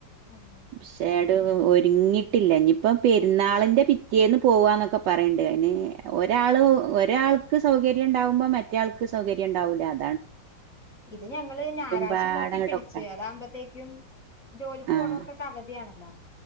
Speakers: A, on the left; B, on the right.
A: ആഹ്
B: പക്ഷേട് ഒരുങ്ങിട്ടില്ല ഇനിയിപ്പ പെരുന്നാളിന്റെ പിറ്റേന്ന് പോവാന്നൊക്കെ പറയണ്ട്. അയിന് ഒരാള് ഒരാൾക്ക് സൗകര്യം ഉണ്ടാവുമ്പോ മറ്റാൾക്ക് സൗകര്യം ഉണ്ടാവൂല. അ
A: ഇത് ഞങ്ങള് ഞായറാഴ്ച
B: പാടങ്ങട്ട്
A: നോക്കി പിടിച്ച്
B: ഒക്കണ്ടേ
A: അതാകുമ്പത്തേക്കും ജോലിക്ക്
B: ആഹ്
A: പോണവർക്കൊ അവധിയാണ് അല്ല